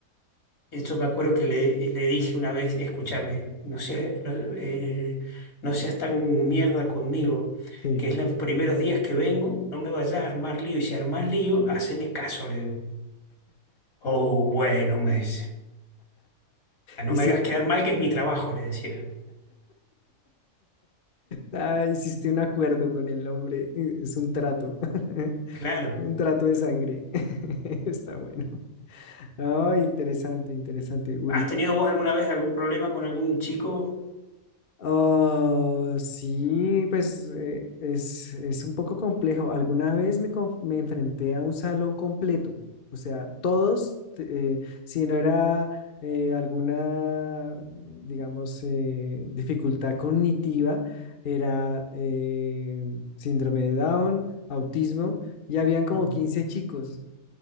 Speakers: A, on the left; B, on the left.
A: Yo me acuerdo que le, le dije una vez, escúchame, no seas, no, eh, no seas tan mierda conmigo,
B: Sí.
A: que es los primeros días que vengo, no me vayas a armar lío, y si armás lío, haceme caso, le digo. Oh, bueno, me dice, "Ah, no
B: Y
A: me
B: si
A: hagas quedar mal, que es mi trabajo, le decía.
B: ah, hiciste un acuerdo con el hombre, eh, es un trato, <laughs>
A: Claro,
B: un trato de sangre. <laughs> Está bueno. Ay, interesante, interesante. Uy,
A: ¿has tenido vos alguna vez algún problema con algún chico?
B: Oh, sí, pues eh, es, es un poco complejo. Alguna vez me, conf- me enfrenté a un salón completo, o sea, todos, t- eh, si no era eh, alguna, digamos, eh, dificultad cognitiva, era eh, síndrome de Down, autismo, y habían como
A: Mm,
B: 15 chicos.